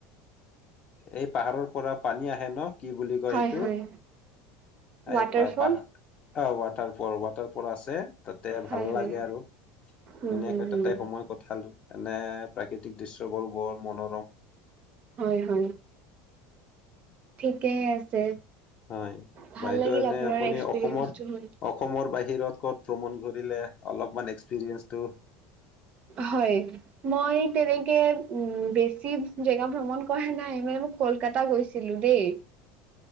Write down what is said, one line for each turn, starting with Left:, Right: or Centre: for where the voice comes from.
Left: এই পাহাৰৰ পৰা পানী আহে ন কি বুলি কয়
Right: হয়
Left: সেইটো
Right: হয় ৱাটাৰফল
Left: এই প পাহ অ ৱাটাৰ পৰাটাৰ আছে তাতে ভাল
Right: হয় হয়
Left: লাগে আৰু ধুনীয়াকে
Right: উম হম হম
Left: তাতে সময় কঠালো এনে প্ৰাকৃতিক দৃশ্যবোৰ বৰ মনোৰম
Right: হয় হয় ঠিকেই আছে
Left: হয়
Right: ভাল
Left: বাইদেউ
Right: লাগিল
Left: এনে
Right: আপোনাৰ
Left: আপুনি
Right: এক্সপিৰিয়েঞ্চটো
Left: অসমৰ
Right: শুনি।
Left: অসমৰ বাহিৰত ক'ত ভ্ৰমণ ঘূৰিলে অলপমান এক্সপিৰিয়েন্ঞ্চটো
Right: হয় মই তেনেকে উম বেছি জেগা ভ্ৰমণ কৰা নাই মানে মোক কলকাতা গৈছি লো দেই